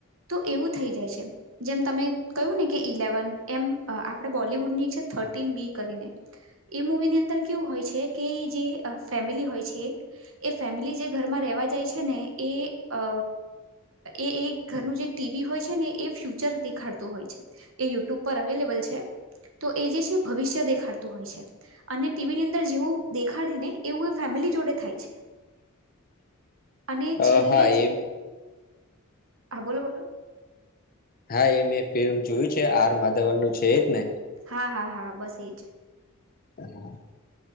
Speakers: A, on the right (about 65°); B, on the left (about 45°).
A: તો એવું થઈ જાય છે. જેમ તમે કહ્યું ને કે ઇલેવન એમ અ આપણે બોલિવુડની છે, થર્ટીન બી કરીને એ મૂવીની અંદર કેવું હોય છે, કે જે ફેમિલી હોય છે. એ ફેમિલી જે ઘરમાં રહેવા જાય છે, ને એ અ એ એ ઘરનું જે ટીવી હોય છે, ને એ ફ્યુચર દેખાડતું હોય છે. એ યુટ્યુબ પર અવેલેબલ છે, તો એ જે છે, ભવિષ્ય દેખાડતું હોય છે. અને ટીવીની અંદર જેવું દેખાડે ને એવું એ ફેમિલી જોડે થાય છે.
B: <inaudible>
A: અને છેલ્લે
B: અ હા
A: જે
B: એ
A: હા બોલો બો
B: હા એ મેં ફિલ્મ જોયું છે, આર માધવનનું છે, એજ ને?
A: હા હા હા બસ એ જ
B: <inaudible>